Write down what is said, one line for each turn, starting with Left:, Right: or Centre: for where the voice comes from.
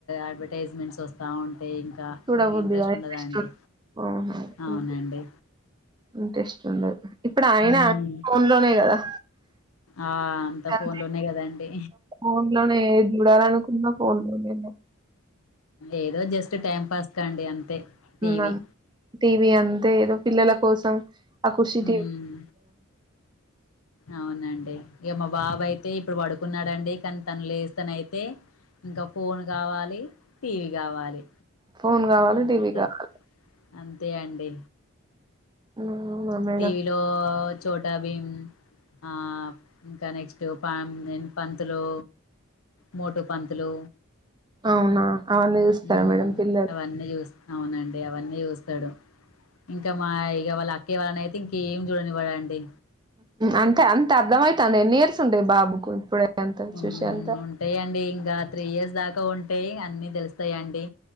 Left: అడ్వర్టైజ్మెంట్స్ వస్తా ఉంట ఉంటే ఇంకా
Right: చూడబుద్ది
Left: ఇక ఇంట్రెస్ట్
Right: కాదు
Left: ఉండదండి
Right: ఇంట్రెస్ట్ ఉండదు
Left: అవునండి
Right: ఇంట్రెస్ట్ ఉండదు ఇప్పుడు అయినా
Left: ఉ
Right: ఫోన్ లోనే కదా
Left: ఆ అంత
Right: అంతే
Left: ఫోన్లు ఉన్నాయి కదాండి
Right: ఫోన్ లోనే ఏది చూడాలనుకున్నా ఫోన్ లో నె నేను
Left: ఏదో జస్ట్ టైం పాస్ కాండి అంతే
Right: తినాలనుకున్నాను
Left: టీవి
Right: టీవీ అంతే ఏదో పిల్లల కోసం అ ఖుషి
Left: ఉమ్
Right: టీవీ
Left: అవునండి ఇక మా బాబు ఐతే ఇప్పుడు పడుకున్నాడండి కానీ తన లేస్తనే అయితే ఇంక ఫోన్ కావాలి టీవీ కావాలి
Right: ఫోన్ కావాలి
Left: అంతే
Right: టీవీ కావాలి
Left: అంతే అండి
Right: అవునా మేడం
Left: టీవీలో చోట భిమ్ ఆ ఇంకా నెక్స్ట్ పం పంతులు మోటు పంతులు
Right: అవునా అవన్నీ చుస్తార
Left: మ్మ్
Right: మేడం పిల్లలు
Left: అవన్నీ అవునండి అవన్నీ చూస్తాడు ఇంకా మా ఇ ఇవళనైతే ఇంకేం చూడనివ్వడండి
Right: అంతే అంత అర్థం మైతంది ఎన్ని ఇయర్స్ ఉంటాయి బాబుకు ఇప్పుడే అంత
Left: మ్మ్
Right: చూసె అంత
Left: ఉంటాయండి ఇంకా త్రీ ఇయర్స్ దాకా ఉంటాయి అన్ని తెలుస్తాయండి